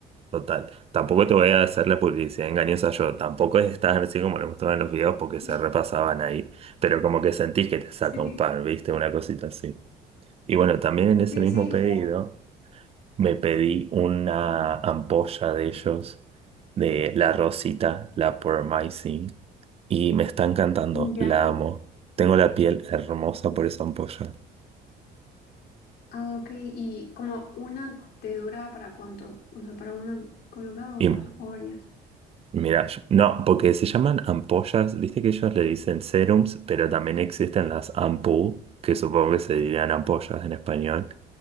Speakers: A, on the right (about 35°); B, on the left (about 75°).
A: total. Tampoco te voy a hacer la publicidad engañosa yo. Tampoco estás así como lo mostraban en los videos porque se
B: <laughs>
A: repasaban ahí. Pero como que sentís que te saca
B: Sí,
A: un par, ¿viste? Una cosita así. Y bueno, también en ese
B: sí,
A: mismo
B: sí,
A: pedido.
B: o sea,
A: Me pedí una ampolla de ellos, de la Rosita, la Promising, y me está encantando,
B: ujú, Ya.
A: la amo. Tengo la piel hermosa por esa ampolla.
B: Ah, ok, y como una te duraba para cuánto, o sea, para una colocada
A: Y
B: o va- o varias.
A: mira, yo- no, porque se llaman ampollas, viste que ellos le dicen serums, pero también existen las ampú, que supongo que se dirían ampollas en español,